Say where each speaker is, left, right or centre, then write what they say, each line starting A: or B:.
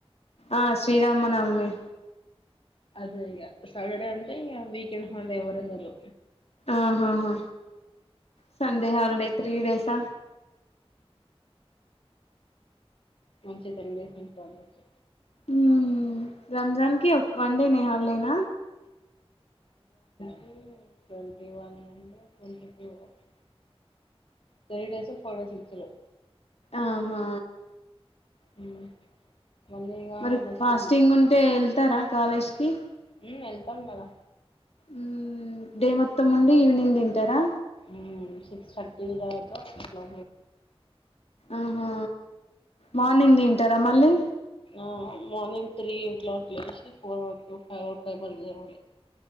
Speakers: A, on the left (about 80°); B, on the left (about 60°).
A: ఆ శ్రీరామనవమి.
B: అదే ఇగ సాటడే అంటే ఇగ వీకెండ్ <unintelligible> ఎవరుండరు.
A: ఆహాహా సండె హాలిడే త్రీ డేసా.
B: మంచిగ్ <unintelligible> ఉండచ్చు
A: మ్మ్ రంజాన్ కి ఒక్ వన్డేనే హాలిడేన.
B: ఉమ్ ట్వంటీ వన్ నుండి ట్వంటీ త్రీ వరకు త్రీ డేసో ఫోర్ డేసో ఇచ్చిర్రు.
A: ఆహా
B: ఉమ్ మళ్ళీ ఇక
A: మరి
B: నెక్స్ట్
A: ఫాస్టింగుంటే యెళ్తర. కాలేజ్కి
B: ఉమ్ వెళ్తాం కదా
A: ఉమ్ డే మొత్తముండి ఈవినింగ్ దింటరా.
B: ఉమ్ సిక్స్ థర్టీ దాకా అట్ల <unintelligible>
A: ఆహా మార్నింగ్ తింటారా మళ్ళీ
B: అ మార్నింగ్ త్రీ క్లాక్ లేషి ఫోర్ వరకు ఫైవ్ వరకు <unintelligible>